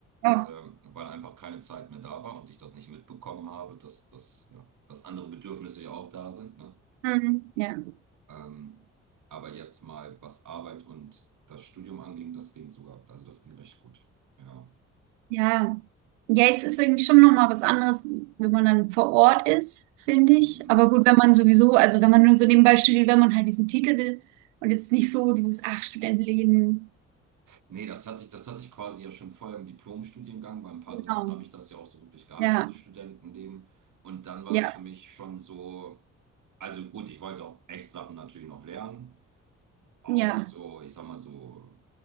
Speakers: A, on the right; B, on the right.
A: Oh.
B: ähm, weil einfach keine Zeit mehr da war und ich das nicht mitbekommen habe, dass, dass, ja, dass andere Bedürfnisse ja auch da sind, ne?
A: Mhm. Ja.
B: Ähm, aber jetzt mal, was Arbeit und das Studium anging, das ging sogar, also das ging recht gut. Ja.
A: Ja. Ja, es ist irgendwie schon nochmal was anderes, wenn man dann vor Ort ist, finde ich.
B: Mhm.
A: Aber gut, wenn man sowieso, also wenn man nur so nebenbei studiert, wenn man halt diesen Titel will und jetzt nicht so dieses, ach, Studentenleben.
B: Nee, das hatte ich, das hatte ich quasi ja schon vorher im Diplomstudiengang. Bei ein paar
A: Genau.
B: Semester habe ich das ja auch so wirklich gehabt,
A: Ja.
B: dieses Studentenleben. Und dann war
A: Ja.
B: das für mich schon so, also gut, ich wollte auch echt Sachen natürlich noch lernen. Auch
A: Ja.
B: so, ich sag mal so